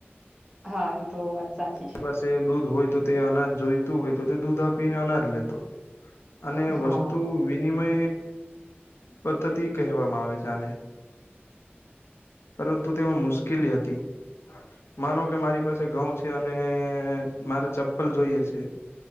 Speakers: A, on the right; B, on the left.
A: હા એ તો વાત સાચી છે.
B: એ પાસે દૂધ હોય તો તે અનાજ જોઈતું હોય, તો તે દૂધ આપીને અનાજ લેતો. અને
A: હા.
B: વસ્તુ વિનિમય પદ્ધતિ કહેવામાં આવે છે આને. પરંતુ તેમાં મુશ્કેલી હતી, માનો કે મારી પાસે ઘઉં છે અ ને મારે ચપ્પલ જોઈએ છે.